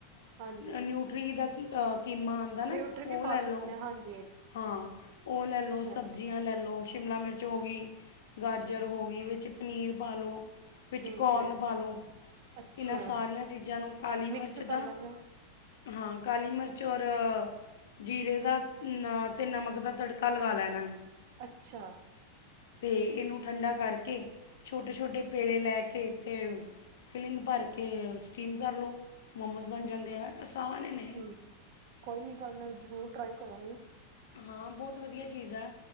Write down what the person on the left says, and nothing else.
ਨਿਊਟਰੀ ਦਾ ਕੀ ਕੀਮਾ ਆਉਂਦਾ ਨਾ,
ਉਹ
ਲੈ ਲਉ
ਹਾਂ ਉਹ ਲੈ
ਲਓ ਸਬਜ਼ੀਆਂ ਲੈ ਲਓ, ਸ਼ਿਮਲਾ ਮਿਰਚ ਹੋ ਗਈ।
ਗਾਜਰ
ਹੋ ਗਈ, ਵਿੱਚ ਪਨੀਰ ਪਾ ਲਉ ਵਿੱਚ
ਕੋਰਨ
ਪਾ ਲਉ,
ਇਹਨਾਂ ਸਾਰੀਆਂ ਚੀਜ਼ਾਂ ਨੂੰ ਕਾਲੀ ਮਿਰਚ
ਦਾ
ਹਾਂ ਕਾਲੀ ਮਿਰਚ ਔਰ ਜੀਰੇ ਦਾ ਤੇ ਨਮਕ ਦਾ ਤੜਕਾ ਲਗਾ ਲੈਣਾ
ਤੇ ਇਹਨੂੰ ਠੰਡਾ ਕਰਕੇ, ਛੋਟੇ ਛੋਟੇ ਪੇੜੇ ਲੈ ਕੇ ਤੇ ਫਿਲਿੰਗ ਭਰ ਕੇ ਸਟੀਮ ਕਰ ਲਉ, ਮੋਮੋਸ ਬਣ
ਜਾਂਦੇ ਆ ਆਸਾਨ
ਨੇ
ਹਾਂ ਬਹੁਤ ਵਧੀਆ ਚੀਜ਼ ਆ,